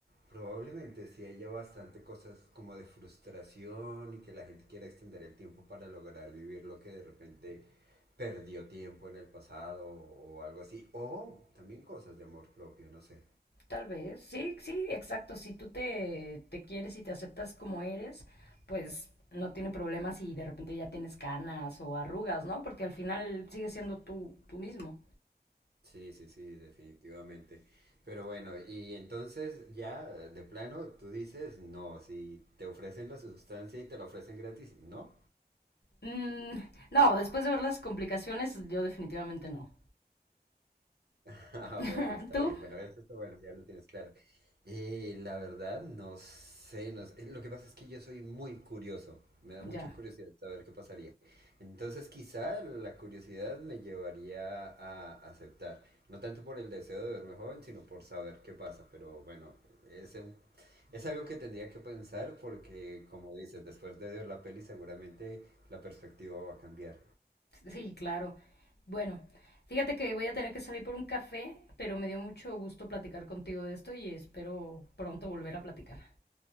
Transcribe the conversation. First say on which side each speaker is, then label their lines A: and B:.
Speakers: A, on the right; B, on the left.
A: Probablemente sí haya bastante cosas como de frustración y que la gente quiera extender el tiempo para lograr vivir lo que de repente perdió tiempo en el pasado o algo así. O también cosas de amor propio, no sé.
B: Tal vez, sí, sí, exacto. Si tú te, te quieres y te aceptas como eres, pues no tiene problema si de repente ya tienes canas o arrugas, ¿no? Porque al final sigues siendo tú, tú mismo.
A: Sí, sí, sí, definitivamente. Pero bueno, y entonces ya de plano tú dices, no, si te ofrecen la sustancia y te la ofrecen gratis, no.
B: Mm, no, después de ver las complicaciones, yo definitivamente no.
A: <laughs> Ah,
B: <laughs>
A: bueno, está
B: ¿Tú?
A: bien. Bueno, eso está bueno, ya lo tienes claro. Eh, la verdad, no sé, no sé. Lo que pasa es que yo soy muy curioso. Me da mucha
B: Ya.
A: curiosidad saber qué pasaría. Entonces, quizá la curiosidad me llevaría a aceptar. No tanto por el deseo de verme joven, sino por saber qué pasa. Pero bueno, es, un- es algo que tendría que pensar porque, como dices, después de ver la peli seguramente la perspectiva va a cambiar.
B: Sí, claro. Bueno, fíjate que voy a tener que salir por un café, pero me dio mucho gusto platicar contigo de esto y espero pronto volver a platicar.